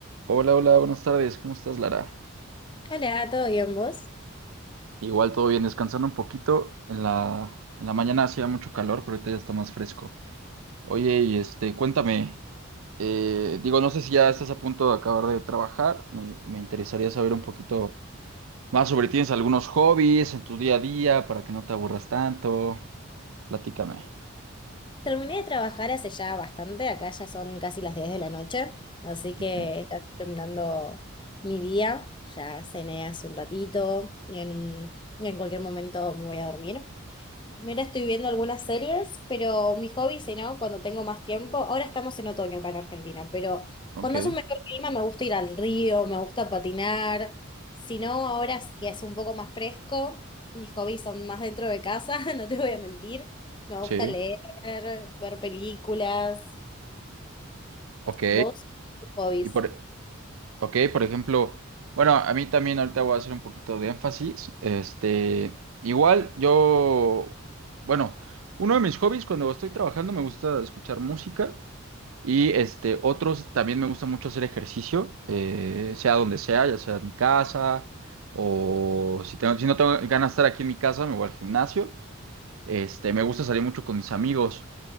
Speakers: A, on the right; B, on the left.
A: Hola, hola, buenas tardes. ¿Cómo estás, Lara?
B: Hola, ¿todo bien vos?
A: Igual todo bien, descansando un poquito. En la, en la mañana hacía mucho calor, pero ahorita ya está más fresco. Oye, y este, cuéntame, eh, digo, no sé si ya estás a punto de acabar de trabajar. Me, me interesaría saber un poquito más sobre ti. ¿Tienes algunos hobbies en tu día a día para que no te aburras tanto? Platícame.
B: Terminé de trabajar hace ya bastante, acá ya son casi las 10 de la noche, así que
A: Ok.
B: ya estoy terminando mi día, ya cené hace un ratito y en, y en cualquier momento me voy a dormir. Mira, estoy viendo algunas series, pero mi hobby, si no, cuando tengo más tiempo, ahora estamos en otoño acá en Argentina, pero
A: Ok,
B: cuando hace un mejor clima me gusta ir al río, me gusta patinar, si no, ahora es que es un poco más fresco, mis hobbies son más dentro de casa, <laughs> no te voy a mentir, me
A: sí,
B: gusta leer, ver películas,
A: ok.
B: vos, tus hobbies.
A: Y por, Ok, por ejemplo, bueno, a mí también ahorita voy a hacer un poquito de énfasis. Este, igual yo, bueno, uno de mis hobbies cuando estoy trabajando me gusta escuchar música y este, otros también me gusta mucho hacer ejercicio, eh, sea donde sea, ya sea en mi casa o si tengo, si no tengo ganas de estar aquí en mi casa, me voy al gimnasio. Este, me gusta salir mucho con mis amigos,